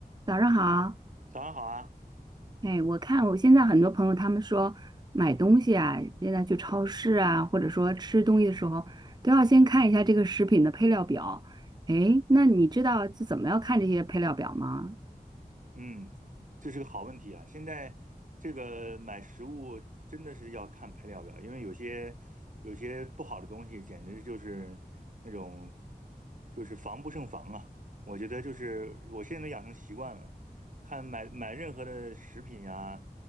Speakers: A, on the right; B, on the right.
A: 早上好，
B: 早上好啊，
A: 哎，我看我现在很多朋友他们说买东西啊，现在去超市啊，或者说吃东西的时候，都要先看一下这个食品的配料表。哎，那你知道这怎么要看这些配料表吗？
B: 嗯，这是个好问题啊！现在这个买食物真的是要看配料表，因为有些有些不好的东西，简直就是那种就是防不胜防啊！我觉得就是我现在都养成习惯了，看买买任何的食品啊，